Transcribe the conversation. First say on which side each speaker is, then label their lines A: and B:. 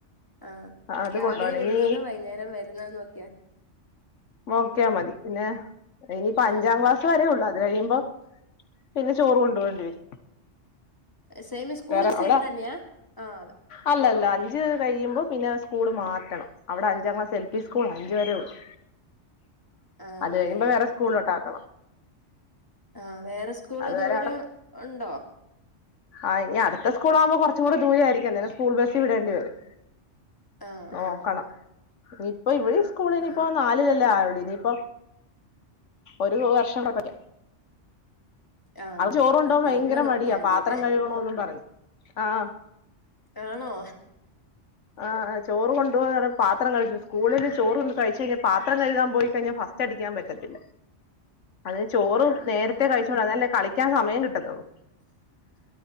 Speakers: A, on the left; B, on the left.
A: ആ
B: ആഹ് അത്
A: രാവിലെ
B: കൊണ്ടോണം
A: വരുന്നതും
B: ഇനി
A: വൈകുന്നേരം വര വരുന്നതും നോക്കിയാ.
B: നോക്കിയാൽ മതി പിന്നെ ഇനിയിപ്പ അഞ്ചാം
A: ആഹ്
B: ക്ലാസ്. വരേ ഒള്ളൂ അത് കഴിയുമ്പോ പിന്നെ ചോറ് കൊണ്ടുപോണ്ടി വരും.
A: സേമ് സ്കൂള്
B: വേറെ
A: സേമ്
B: അവിടെ
A: തന്നെയാ ആഹ് അതെ.
B: അല്ലല്ല അഞ്ച് കഴിയുമ്പോ പിന്നെ സ്കൂള് മാറ്റണം അവിടെ അഞ്ചാം ക്ലാസ് ഈ സ്കൂൾ അഞ്ച്
A: ആഹ്
B: വരേ ഉള്ളു
A: ആഹ്
B: അത്
A: ഉണ്ടല്ലേ
B: കഴിഞ്ഞുമ്പ വേറെ സ്കൂളിലോട്ട് ആക്കണം.
A: ആഹ് വേറെ സ്കൂള്
B: അതുവരെ
A: ദൂരം ഉണ്ടോ.
B: ആഹ് ഇനി അടുത്ത സ്കൂളാക്പോ കുറച് ദൂരായിരിക്കും അന്നേരം സ്കൂൾ ബസി വിടേണ്ടിവരും.
A: ആഹ്
B: നോക്കണം
A: ആഹ്
B: ഇനിയിപ്പൊ ഇവിടെ സ്കൂളിനിപ്പോ
A: ഉം
B: നാല്. ല്ല ആയുള്ളൂ ഇനിയിപ്പോ ഒരു വർഷം കെയപ്പല്ല
A: ആഹ്
B: ചോറ് കൊണ്ടോവാൻ
A: അത് കഴിയുമ്പോ
B: ഭയങ്കര
A: നോക്കിയാ
B: മടിയാ
A: മതില്ലേ.
B: പാത്രം കഴുകണോന്നും പറഞ്ഞു ആഹ്
A: ആണോ.
B: ആഹ് ചോറ് കൊണ്ടുവാ പാത്രം കഴിച്ചു സ്കൂളിൽ ചോറുണ്ട് കഴിച്ച് കഴിഞ്ഞാ പാത്രം കഴ്കാൻ പോയി കഴിഞ്ഞാ ഫസ്റ്റ്. ചടിക്കാൻ പറ്റത്തില്ല. അത് ചോറ് നേരത്തെ കഴിച്ചോണ്ട് അതല്ലേ കളിക്കാൻ സമയം കിട്ടത്തൊള്ളൂ.